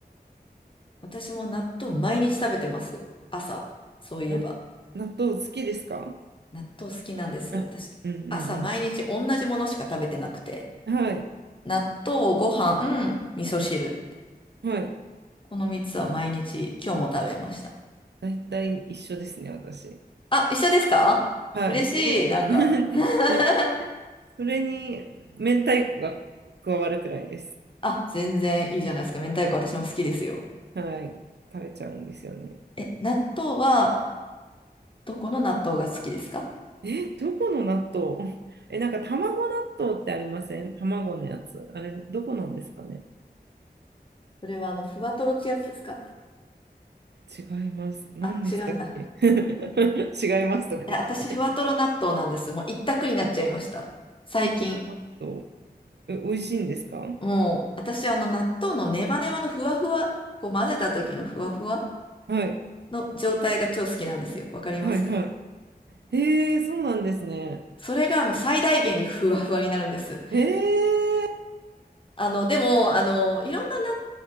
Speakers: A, on the left (about 30°); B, on the right (about 80°).
A: 私も納豆毎日食べてます。朝。そういえば。
B: な納豆好きですか
A: 納豆好きなんです。
B: あうんうん
A: 私、朝毎日同じものしか食べてなくて。
B: うんはい
A: 納豆、ご飯、味噌汁。
B: はい
A: この3つは毎日、今日も食べました。
B: 大体一緒ですね、私。
A: あ、一緒ですか嬉しい。
B: はい、それ、
A: なんか
B: <laughs>
A: <laughs>
B: ね、それに明太子が加わるくらいです。
A: あ、全然いいじゃないですか。明太子私も好きですよ。
B: はい、食べちゃうんですよね。
A: え、納豆は、どこの納豆が好きですか
B: え、どこの納豆 <laughs> え、なんか卵納豆ってありません卵のやつ。あれ、どこなんですかね
A: それはあの、ふわとろってやつですか
B: 違います。何でしたっけ
A: あ、違うんだ。
B: <laughs> 違いますとか言って。
A: え、私、ふわとろ納豆なんです。もう一択になっちゃいました。最近。
B: ふわとろ納豆。え、美味しいんですか
A: もう、私、あの、納豆のネバネバのふわふわ、こう混ぜた時のふわふわ
B: はい、
A: の状態が超好きなんですよ。わかります
B: はい、はい。へえー、そうなんですね。
A: それがもう最大限にふわふわになるんです。
B: へえ
A: あの、でも、あの、いろんな納